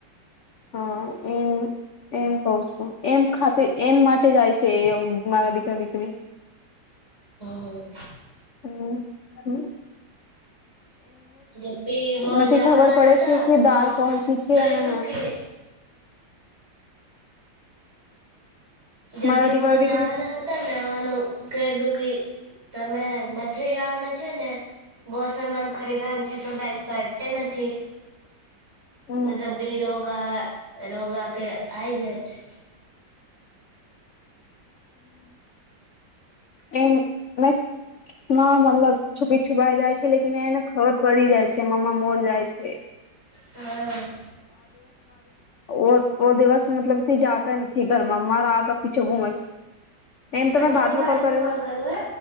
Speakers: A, on the left; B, on the right.
A: હા એમ એમ કઉ છું એમ ખાતે એમ માટે જાય છે એ મારા દીકરા દીકરી
B: હમ
A: હમ હમ
B: જબ ભી મોલ
A: નથી
B: જવાના
A: ખબર પડે
B: હતા
A: છે કે
B: મે
A: દાલ
B: ઓને
A: કોણસી છે
B: કહી
A: અને
B: દું કે જબી
A: મારા દીકરા
B: મોજેવાનાતા
A: દીકરી
B: મે ઓનો કધું કે તમે નથી જવાનું છે ને બહુ સમાન ખરીદવાનું છે તો બાઈક પાડતા નથી
A: હમ
B: બધા બેરોગ રોગા રોગા કે આય જાય છે
A: એ મતલબ છુપી છુપ જાય છે લે એને ખબર પડી જાય છે મ મલ જાય છે
B: હા
A: ઓ ઓ દિવસ મતલબ જતા નથી ઘરમાં મારા આગા પીછો ઘુમસે નેમ તો
B: મેં
A: મે
B: તને
A: બાદમાં કોલ કરે
B: કરું હે